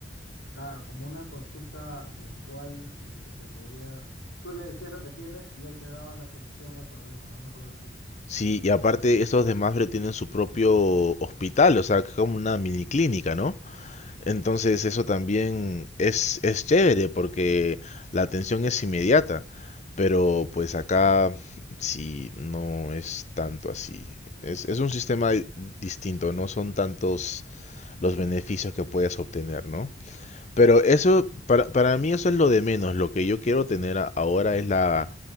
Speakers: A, on the left (about 75°); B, on the left (about 35°).
A: Claro, como una consulta virtual y que te podía... Tú le decías lo que tienes y él te daba la solución al problema, una cosa así.
B: Sí, y aparte, esos de Mafre tienen su propio hospital, o sea, que es como una mini clínica, ¿no? Entonces eso también es, es chévere porque la atención es inmediata, pero pues acá sí no es tanto así. Es, es un sistema di- distinto, no son tantos los beneficios que puedes obtener, ¿no? Pero eso, para, para mí eso es lo de menos. Lo que yo quiero tener a- ahora es la,